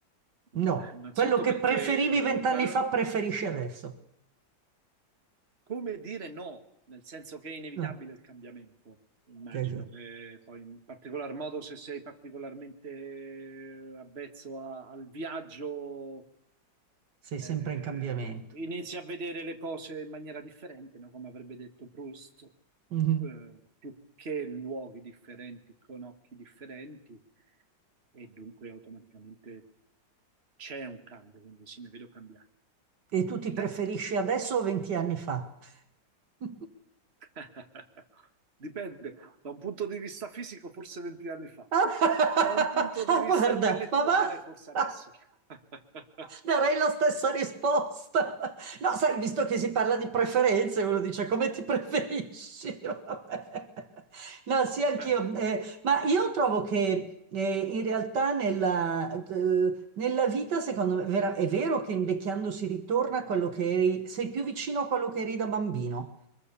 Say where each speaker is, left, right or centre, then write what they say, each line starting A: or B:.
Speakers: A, on the right; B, on the right.
A: Insomma,
B: No,
A: innanzitutto
B: quello che
A: perché
B: preferivi
A: eh,
B: vent'anni
A: fare,
B: fa preferisci adesso.
A: Come dire no, nel senso che è inevitabile
B: No,
A: il cambiamento. Immagino
B: te- te-
A: che poi, in particolar modo, se sei particolarmente avvezzo a- al viaggio,
B: sei
A: eh,
B: sempre in cambiamento.
A: inizi a vedere le cose in maniera differente, no? Come avrebbe detto Proust,
B: Mhm.
A: eh, più che luoghi differenti, con occhi differenti, e dunque automaticamente c'è un cambio, quindi sì, mi vedo cambiato.
B: E tu ti
A: E te?
B: preferisci adesso o venti anni fa? <laughs>
A: <laughs> Dipende, da un punto di vista fisico forse 20 anni fa,
B: Ah,
A: da un punto
B: <laughs>
A: di vista
B: guarda,
A: intellettuale
B: ma va?
A: forse
B: <laughs>
A: adesso. <laughs>
B: Darei la stessa risposta. No, sai, visto che si parla di preferenze, uno dice come ti <laughs> preferisci? Vabbè. No, sì, anch'io.
A: Certo,
B: eh, ma io trovo che eh, in realtà nella, eh, nella vita, secondo me, vera- è vero che invecchiando si ritorna a quello che eri, sei più vicino a quello che eri da bambino.